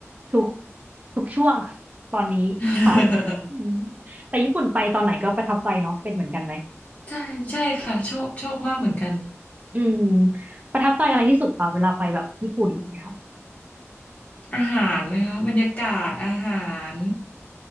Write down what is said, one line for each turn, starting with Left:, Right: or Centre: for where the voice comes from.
Right: ทุกทุกช่วงตอนนี้ค่ะ
Left: <laughs>
Right: อืมแต่ญี่ปุ่นไปตอนไหนก็ประทับใจเนาะเป็นเหมือนกันไหม
Left: ใช่ ใช่ค่ะ ชอบ ชอบมากเหมือนกัน
Right: อืมประทับใจอะไรที่สุดคะเวลาไปแบบญี่ปุ่นอย่างเงี้ยค่ะ
Left: อาหารไหมคะบรรยากาศอาหาร